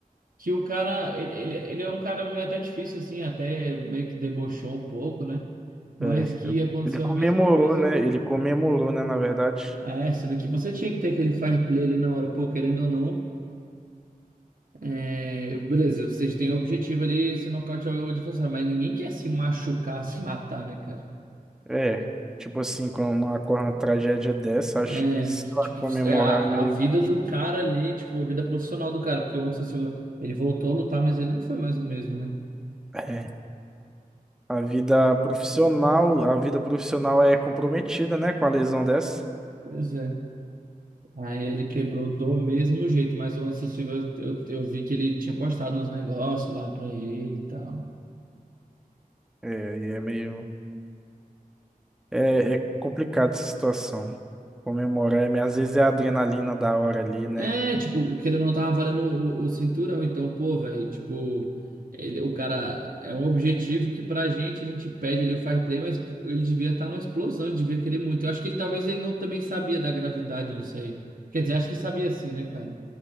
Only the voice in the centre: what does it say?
É,
ele comemorou,
né?
Ele comemorou, né? Na verdade,
é. Tipo assim, quando ocorre uma tragédia dessa, acho
que, sei lá,
comemorar
é meio.
É. A vida profissional, a vida profissional é comprometida, né? Com a lesão dessa.
É, aí é meio. É, é complicado essa situação. Comemorar, é meio- às vezes é a adrenalina da hora ali, né?